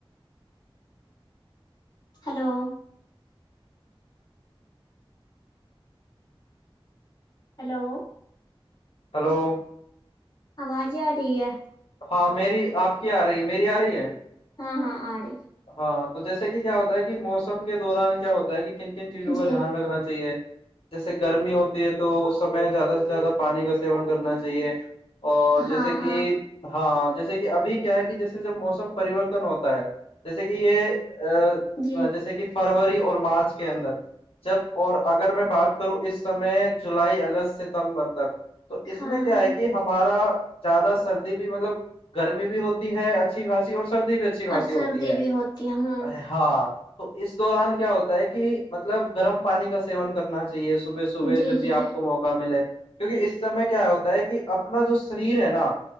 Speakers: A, on the left; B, on the left.
A: ہلو ہلو
B: ہیلو
A: آواز ج ٹھیک ہے
B: ہاں میری آپ کی آ رہی ہے میری آ رہی ہے
A: ہاں ہاں آڑے
B: ہاں تو جیسے کہ کیا ہوتا ہے کہ موسم کے دوران کیا ہوتا ہے کہ کن کن چیزوں
A: جی
B: کا دھیان رکھنا چاہیے جیسے گرمی ہوتی ہے تو اس سمے زیادہ سے زیادہ پانی کا سیون کرنا چاہیے اور
A: ہاں
B: جیسے
A: ہاں
B: کہ ہاں جیسے کہ ابھی کیا ہے کہ جیسے جب موسم پرریورتن ہوتا ہے جیسے کہ یہ
A: جی
B: ا جیسے کہ فروری اور مارچ کے اندر جب اور اگر میں بات کروں اس سمے جولائی اگست ستمبر تک تو اس
A: ہاں
B: میں کیا
A: ہاں
B: ہے کہ ہمارا زیادہ سردی بھی مطلب گرمی بھی ہوتی ہے اچھی خاصی اور سردی بھی اچھی خاصی
A: اور سردی
B: ہوتی ہیں ہے
A: بھی ہوتی ہوں
B: ہاں تو اس دوران کیا ہوتا ہے کہ مطلب گرم پانی کا س سیون کرنا چاہیے صبح صبح
A: جی
B: جب بھی
A: جی
B: آپ کو موقع ملے کیونکہ اس سمے کیا ہوتا ہے کہ اپنا جو شریر ہے نا